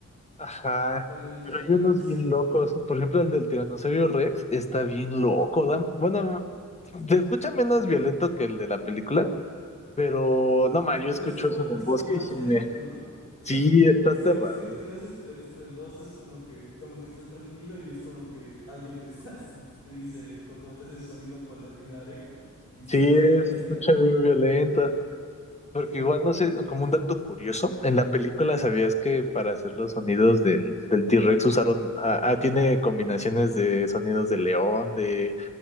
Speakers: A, on the left; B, on the left.
A: Ajá,
B: que habían hecho
A: pero
B: la
A: hay
B: recreación.
A: unos bien locos. Por ejemplo, el del Tiranosaurio Rex está bien loco. da- bueno, se escucha menos violento que el de la película, pero no más, yo
B: Pero
A: escucho
B: es como,
A: eso en
B: es
A: el bosque
B: como más
A: y sí
B: tétrico,
A: me...
B: ¿no? O sea,
A: Sí, está
B: sí,
A: aterrador.
B: es que, es que no es estre- estruendoso, es como que, como que estás tranquilo y es como que alguien te, <laughs> estás- te dice, co- como te hace el sonido por la- en la oreja y sabes
A: Sí,
B: que ya valiste
A: se escucha
B: ya.
A: bien violento. Porque
B: Sí,
A: igual, no sé, como un dato curioso, en la película sabías que para hacer los sonidos del, del T-Rex usaron, ah, ah, tiene combinaciones de sonidos de león, de,